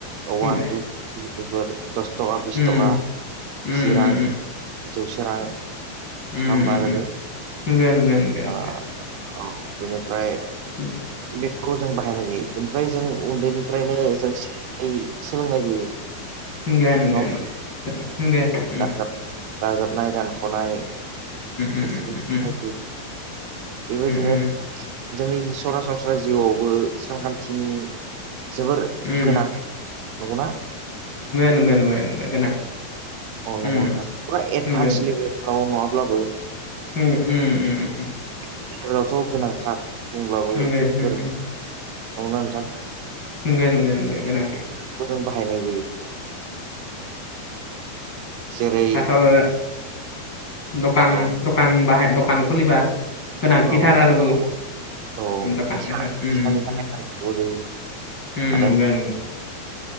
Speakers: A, on the right (about 80°); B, on the left (about 35°).
A: वान
B: नंगो
A: टु <unintelligible> दस थका बिस
B: उम
A: थखा
B: उम
A: जि रां
B: उम
A: जौसे रां
B: उम
A: होमबा
B: उम
A: लोगो
B: नोंगो नोंगो नोंगो नोंगो
A: ओ औ बिनिफ्राय
B: <unintelligible>
A: बेफोराव जों बाहायनाय जायो बेनिफ्राय जों उन्दैनिफ्रायनो जों <unintelligible> सोलोंनाय जायो
B: नंगो नंगो नंगो
A: नङा
B: नंगो
A: होमबा
B: उम उम
A: दाजाबनाय दानख'नाय
B: उम
A: गासिबो
B: उम उम उम
A: <unintelligible> बेबायदिनो
B: उम
A: जोंनि सरासनस्रा जिउआवबो सानखान्थिनि जोबोर
B: नोंगो
A: गोनां नंगौना
B: नोंगो नोंगो नोंगो गोनां
A: औ नंगौ
B: उम
A: नोंथां फुरा एडभान्स
B: नंगो नंगो
A: लेभेलाव नङाब्लाबो
B: <unintelligible>
A: <unintelligible> लावथ' गोनांथार बुंब्लाबो
B: नंगो उम
A: गोरोन्थि
B: उम
A: <unintelligible> नंगौ ना नोंथां
B: नोंगो नोंगो नोंगो गोनांथि
A: खौ जों बाहायनाय जायो जेरै
B: दाथ' आरो ओरै दखान
A: ओ औ
B: द खान बाहाय दखान खुलिबा गोनांथिथार
A: औ
B: आरो
A: दखानाव औ
B: दखान
A: फैसा
B: नांगो
A: फैसानि थाखाय नांथारगौ जायो
B: नंगो
A: माने
B: नंगो